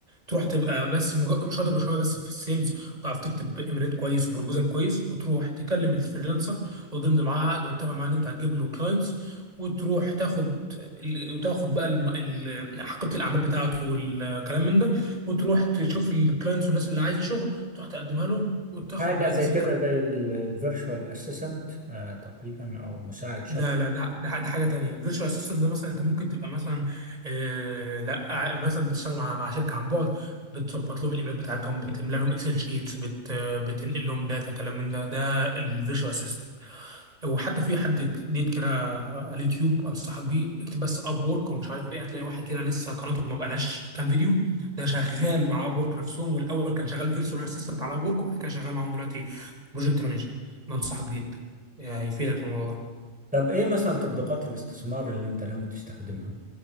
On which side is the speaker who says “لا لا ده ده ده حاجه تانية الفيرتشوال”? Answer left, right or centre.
Right